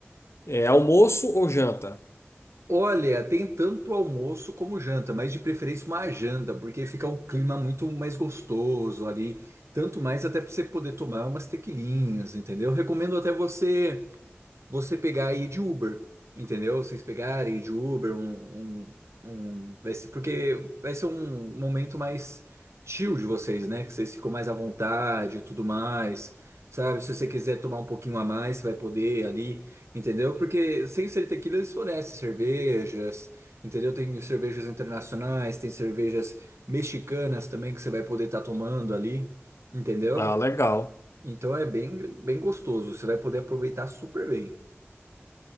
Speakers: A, on the left; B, on the right.
A: é almoço ou janta?
B: Olha, tem tanto almoço como janta, mas de preferência uma janta, porque fica o clima muito mais gostoso ali. Tanto mais até para você poder tomar umas tequilinhas, entendeu? Recomendo até você. você pegar e ir de Uber, entendeu? Vocês pegarem e ir de Uber, um, um, um- vai ser, porque vai ser um momento mais chill de vocês, né? Que vocês ficam mais à vontade e tudo mais, sabe? Se você quiser tomar um pouquinho a mais, você vai poder ali, entendeu? Porque sem ser tequila, eles fornecem cervejas, entendeu? Tem cervejas internacionais, tem cervejas mexicanas também que você vai poder estar tomando ali, entendeu?
A: Ah, legal.
B: Então é bem, bem gostoso, você vai poder aproveitar super bem.